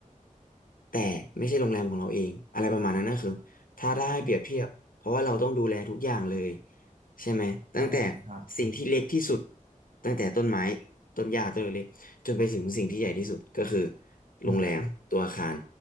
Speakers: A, on the left; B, on the right.
A: แต่ไม่ใช่โรงแรมของเราเองอะไรประมาณนั้นนะคือถ้าได้เปรียบเทียบเพราะว่าเราต้องดูแลทุกอย่างเลย
B: อืม
A: ใช่ไหมตั้งแต่
B: ใช่ครับ
A: สิ่งที่เล็กที่สุดตั้งแต่ต้นไม้ต้นหญ้าต้นเล็กๆจนไปถึงสิ่งที่ใหญ่ที่สุดก็คือ
B: อืม
A: โรงแรมตัวอาคาร